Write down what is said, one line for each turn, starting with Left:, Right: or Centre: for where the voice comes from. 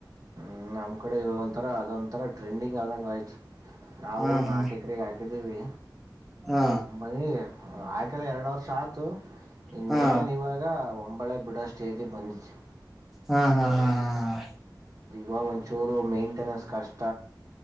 Right: ಹ್ಮ್ ನಮ್ ಕಡೆ ಇವಾಗ ಒಂಥರ ಅದೊಂಂತರ ಟ್ರೆಂಡಿಂಗ್ ಆದಂಗ ಆಯ್ತ್ ನಾವು
Centre: ಹಾ ಹಾ
Right: ನಾಲ್ಕು ಎಕರೆ ಹಾಕಿದೀವಿ
Centre: ಹಾ
Right: ಮನೆಗೆ ಆಯ್ <unintelligible> ಎರಡು ವರ್ಷ್ ಸಾತು ಇನ್ನೇನು
Centre: ಹಾ
Right: ಇವಾಗ ಹೊಂಬಾಳೆ ಬಿಡೋ ಸ್ಟೇಜಿಗೆ ಬಂತು.....
Centre: ಹಾ ಹಾ ಹಾ ಹಾ ಹಾ
Right: ಬ ಚೂರು ಮೈಂಟೆನೆನ್ಸ್ ಕಷ್ಟ